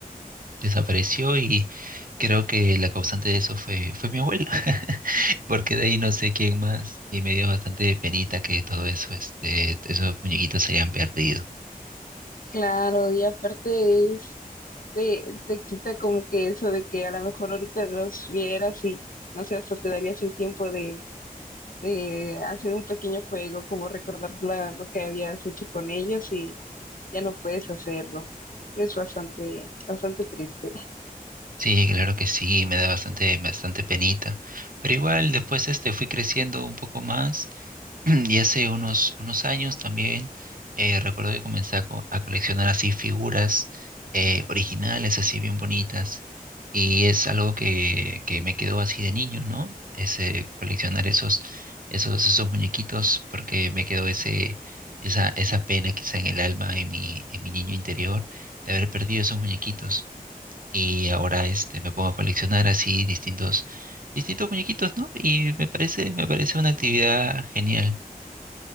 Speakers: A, on the right (about 65°); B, on the left (about 65°).
A: desapareció y creo que la causante de eso fue, fue mi abuela, <laughs> porque de ahí no sé quién más y me dio bastante penita que todo eso, este, esos muñequitos se hayan perdido.
B: Claro, y aparte es, te, te quita como que eso de que a lo mejor ahorita los vieras y no sé, hasta te darías el tiempo de, de hacer un pequeño juego, como recordar la- lo que habías hecho con ellos y ya no puedes hacerlo. Es bastante, bastante triste.
A: Sí, claro que sí, me da bastante, bastante penita. Pero igual después este fui creciendo un poco más <clears throat> Y hace unos, unos años también eh, recuerdo que comencé a, co- a coleccionar así figuras eh, originales, así bien bonitas. Y es algo que, que me quedó así de niño, ¿no? Ese coleccionar esos, esos, esos muñequitos, porque me quedó ese, esa, esa pena quizá en el alma, en mi, en mi niño interior, de haber perdido esos muñequitos. Y ahora este, me pongo a coleccionar así distintos, distintos muñequitos, ¿no? Y me parece, me parece una actividad genial.